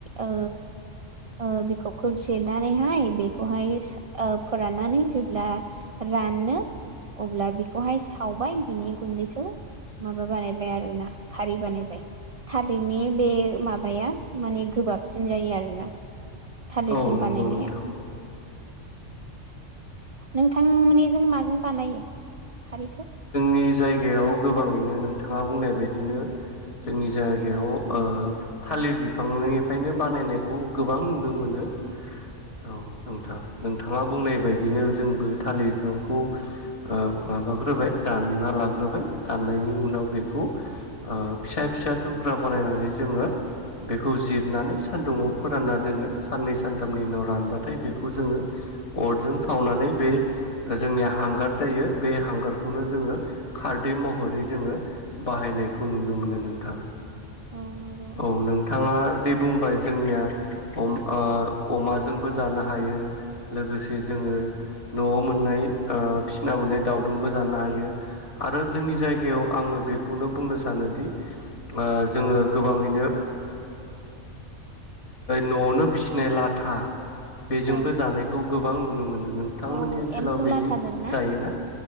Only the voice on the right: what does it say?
ओ ओ बिखबखौ जिरनानैहाय बेखौहाय ओ फोराननानै जेब्ला रानो अब्ला बेखौहाय सावबाय बिनि गुन्दैखौ माबा बानायबाय आरोना खारै बानायबाय थालिरनि बे माबाया माने गोबाबसिन जायो आरोना थालिरजों
बानायनाया
नोंथां माने जों माजों बानायो खारैखौ
औ
औ नंगौ
औ
औ
एम्फौ
लाथाजों ना